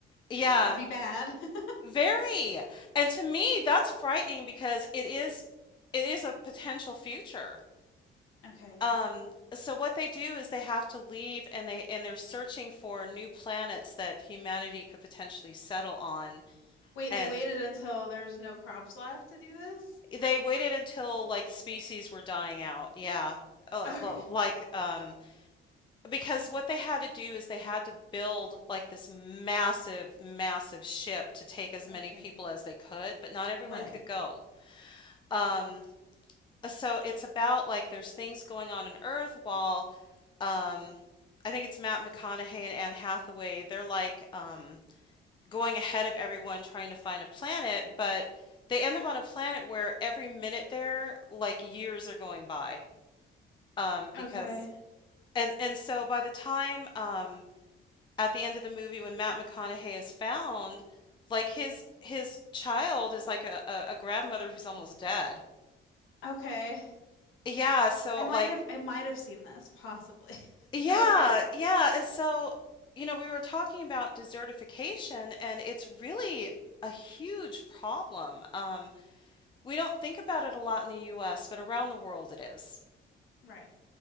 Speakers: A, on the left; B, on the left.
A: Yeah,
B: <laughs> That'd be bad. <laughs>
A: Very, and to me, that's frightening because it is it is a potential future.
B: Okay.
A: Um, so what they do is they have to leave and they and they're searching for new planets that humanity could potentially settle on.
B: Wait,
A: And
B: they waited until there was no crops left to do this?
A: they waited until like species were dying out. Yeah. Uh,
B: Okay.
A: well, like um because what they had to do is they had to build like this massive, massive ship to take as many
B: Okay.
A: people as they could, but not everyone
B: Right.
A: could go. Um Uh, so it's about like there's things going on in Earth while um I think it's Matt McConaughey and Anne Hathaway, they're like um going ahead of everyone trying to find a planet, but they end up on a planet where every minute there like years are going by. Um because
B: Okay.
A: and and so by the time um at the end of the movie when Matt McConaughey is found, like his his child is like a, a, a grandmother who's almost dead.
B: Okay.
A: Yeah, so
B: I might
A: like
B: have I might have seen this, possibly. <laughs>
A: Yeah,
B: Okay.
A: yeah. And so, you know, we were talking about desertification, and it's really a huge problem. Um, we don't think about it a lot in the US, but around the world it is.
B: Right.